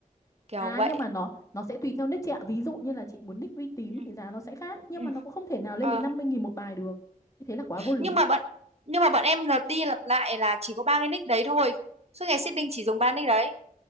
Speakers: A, on the right; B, on the left.
A: kiểu
B: à
A: vậy
B: nhưng mà nó nó sẽ tùy theo nick chị ạ ví dụ như là chị muốn nick uy tín
A: Ừ.
B: thì giá nó sẽ khác nhưng
A: Ừ.
B: mà nó cũng không thể nào
A: Ờ,
B: lên đến 50.000 một bài được như thế là quá vô lý
A: nhưng mà bọn nhưng mà bọn em lặp đi lặp lại là chỉ có ba cái nick đấy thôi suốt ngày seeding chỉ dùng ba nick đấy